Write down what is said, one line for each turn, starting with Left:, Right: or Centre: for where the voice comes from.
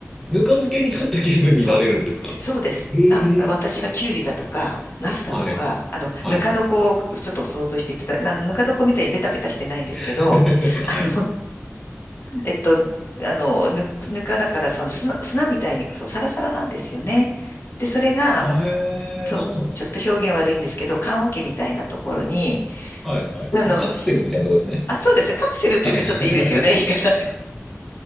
Centre: ぬか漬けになった気分になれるんですか
Left: そう。そうです。
Centre: ええ
Left: あ、私はキュウリだとか、ナスだとか、
Centre: はい。
Left: あの、
Centre: はい。
Left: ぬか床をちょっと想像していただ、な、ぬか床みたいにベタベタしてないんですけど、
Centre: <laughs> はい。
Left: あの、えっと、あの、ぬ、ぬかだからその砂、砂みたいにそう、サラサラなんですよね。で、それが、
Centre: あえー、
Left: そう、
Centre: そうなんですか
Left: ちょっと表現悪いんですけど、棺桶みたいなところに、
Centre: はいはい。
Left: あの、
Centre: でもカプセルみたいなとこですね。
Left: あ、そうですね、カプセルって言ってちょっといいですよね、
Centre: はい。はい
Left: 言い方が